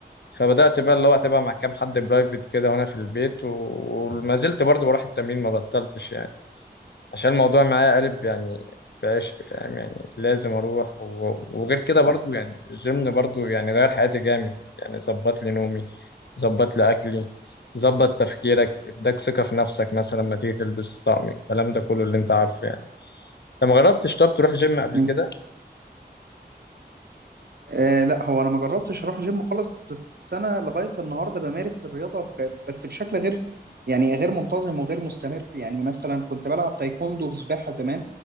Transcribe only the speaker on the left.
فبدأت بقى اللي هو اتابع مع كام حد برايفت كده وانا في البيت و- وما زلت برضه بروح التمرين ما بطلتش يعني عشان الموضوع معايا قالب يعني بعشق فاهم يعني لازم اروح و... وغير كده برضو يعني الجيم برضو يعني غير حياتي جامد يعني ظبط لي نومي ظبط لي اكلي ظبط تفكيرك اداك ثقة في نفسك مثلا لما تيجي تلبس طقم الكلام ده كله اللي انت عارفه يعني انت ما جربتش طب تروح جيم قبل
كده